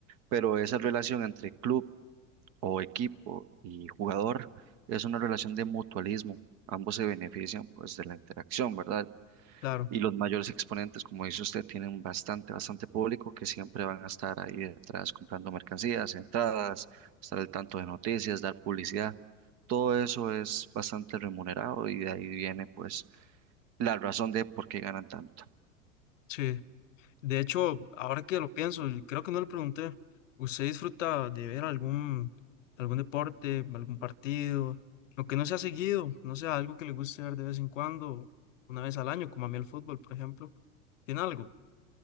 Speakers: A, on the right; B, on the left.
A: pero esa relación entre club o equipo y jugador es una relación de mutualismo. Ambos se benefician pues de la interacción, ¿verdad?
B: Claro,
A: Y los mayores exponentes, como dice usted, tienen bastante, bastante público que siempre van a estar ahí detrás comprando mercancías, entradas, estar al tanto de noticias, dar publicidad. Todo eso es bastante remunerado y de ahí viene pues la razón de por qué ganan tanto.
B: sí. De hecho, ahora que lo pienso, y creo que no le pregunté, ¿usted disfruta de ver algún, algún deporte, algún partido? Lo que no se ha seguido, no sé, algo que le guste ver de vez en cuando, una vez al año, como a mí el fútbol, por ejemplo. ¿Tiene algo?